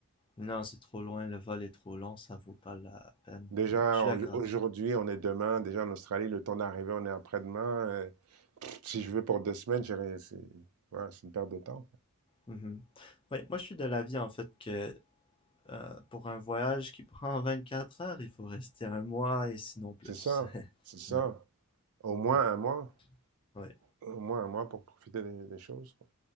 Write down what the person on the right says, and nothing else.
Déjà,
au-
aujourd'hui, on est demain. Déjà, en Australie, le temps d'arriver, on est après-demain. Euh, pff, si je vais pour deux semaines, j'ai rien- c'est voilà, c'est une perte de temps.
C'est ça,
c'est ça.
Au moins
un mois,
au moins un mois pour profiter des, des choses. quoi.